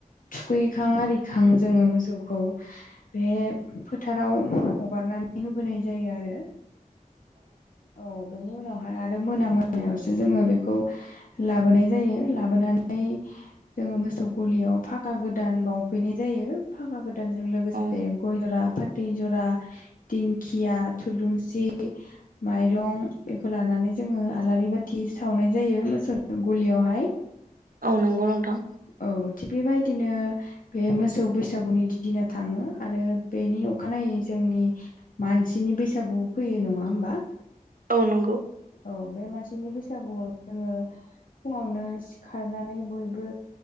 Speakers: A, on the left; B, on the right.
A: थुखैखां आरिखां जोङो मोसौखौ बे फोथाराव हगारना नानै होबोनाय जायो आरो औ बेनि उनाव ओमफ्राय आरो मोना मोनायावसो जोङो बेखौ लाबोनाय जायो लाबोनानै जोङो मोसौ गलियाव फागा गोदान बावफैनाय जायो फाखा गोदान लोगोसे
B: औ
A: गय जरा फा थै जरा दिंखिया थुलुंसि माइरं बेखौ लानानै जोङो आलारि बाथि सावनाय जायो मोसौ गलियावहाय
B: औ नंगौ नोंथां
A: औ थिग बेबायदिनो बे मोसौ बैसागुनि दिना थाङो आरो बेनि अखानायै जोंनि मानसिनि बैसागुआव फैयो नङा होमबा?
B: औ नंगौ
A: औ बे मानसिनि बैसागुआव जोङो फुङावनो सिखारनानै बयबो